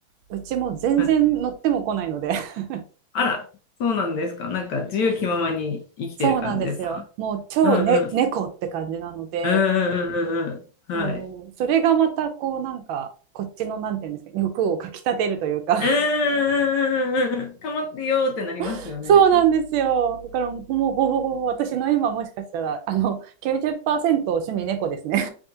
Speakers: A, on the right (about 75°); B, on the left (about 65°).
A: うちも全然乗っても来ないので。
B: 感じです。
A: <laughs>
B: あら、そうなんですか。なんか自由気ままに生きてる感じですか。
A: そうなんですよ。もう超ね、
B: うんうん。
A: 猫って感じなので。
B: うんうんうんうんうん。
A: そうそれがまたこうなんかこっちのなんていうんですか欲をかきたてるというか
B: はい。うーん。かまってよーってなりますよね。
A: <laughs> そうなんですよだからもうほぼほぼ私の今もしかしたらあの90%趣味猫ですね